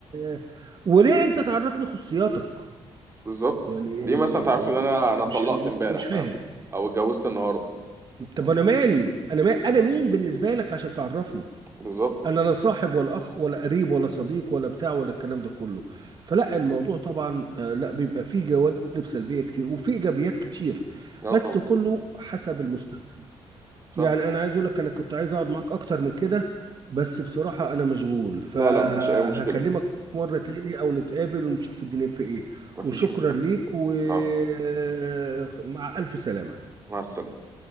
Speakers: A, on the right (about 45°); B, on the right (about 25°).
A: آه، وليه انت تعرفني خصوصياتك
B: بالظبط
A: يعني
B: دي
A: آه،
B: مثلا تعرف ان انا انا طلقت
A: مش م- انا
B: امبارح
A: مش
B: فاهم
A: فاهم
B: او اتجوزت النهارده
A: طب انا مالي انا ما
B: بالظبط
A: انا مين بالنسبه لك عشان تعرفني
B: بالظبط
A: انا لا صاحب ولا اخ ولا قريب ولا صديق ولا بتاع ولا الكلام ده كله فلا الموضوع طبعا آه، لا بيبقى فيه جوانب سلبيه كتير وفيه ايجابيات كتير
B: لا
A: بس
B: طبعا
A: كله حسب المستخدم
B: صح
A: يعني انا عايز اقول لك انا كنت عايز اقعد معاك اكتر من كده بس بصراحة انا مشغول فهكلمك
B: لا لا مفيش اي مشكله
A: مرة تاني او نتقابل ونشوف الدنيا في ايه
B: مفيش
A: وشكرا
B: مشكله
A: ليك ومع
B: العفو
A: الف سلامة
B: مع السلامه